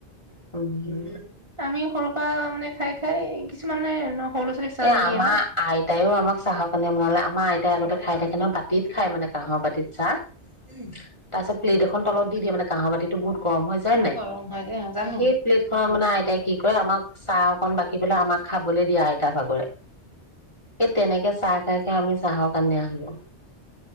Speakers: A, on the left (about 25°); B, on the right (about 25°).
A: উম
B: আমি সৰু পৰা মানে খাই, খাই কিছুমানে সৰু ল'ৰা ছোৱালীক চাহ
A: এ
B: নিদিয়ে
A: আমাৰ
B: ন
A: আইতাইও আমাক চাহৰ কানীয়া বনালে আমাৰ আইতাই আগতে খাই থাকে ন' বাতিত খাই মানে কাঁহৰ বাতিত চাহ।
B: উম।
A: তাৰ পিছত প্লেট এখন তলত দি দিয়ে মানে কাঁহৰ বাতিটো বহুত গৰমহৈ যায় নে নাই,
B: গৰম হয় যে জানো
A: সেই প্লেটখনত মানে আই তাই কি কৰে, আমাক চাহ অকন বাকি পেলাই আমাক খাবলৈ দিয়া আইতাৰ ভাগৰে। এ তেনেকে চাহ খাই, খাই আমি চাহৰ কাণীয়া হ'লো।